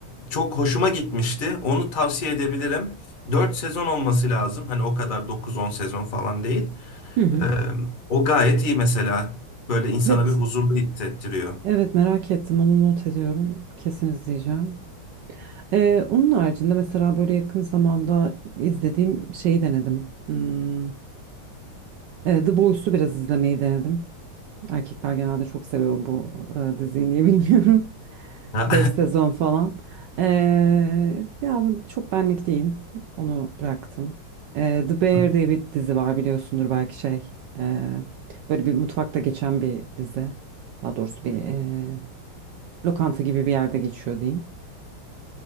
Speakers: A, on the left; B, on the right.
A: Çok hoşuma gitmişti. Onu tavsiye edebilirim. 4 sezon olması lazım. Hani o kadar dokuz on sezon falan değil.
B: hı hı.
A: E, O gayet iyi mesela. Böyle insana
B: Evet,
A: bir huzurlu hissettiriyor. <laughs>
B: evet merak ettim. Onu not ediyorum. Kesin izleyeceğim. Ee, onun haricinde mesela böyle yakın zamanda izlediğim şeyi denedim. Hmm, e, The Boys'u biraz izlemeyi denedim. Erkekler genelde çok seviyor bu e, diziyi niye bilmiyorum. <laughs>
A: Ha,
B: 5 sezon falan. Ee, ya ben- çok benlik değil. Onu bıraktım. Ee, The Bear
A: <laughs>
B: diye bir dizi var biliyorsundur belki şey. Ee, böyle bir mutfakta geçen bir dizi. Daha doğrusu bir e, lokanta gibi bir yerde geçiyor diyeyim.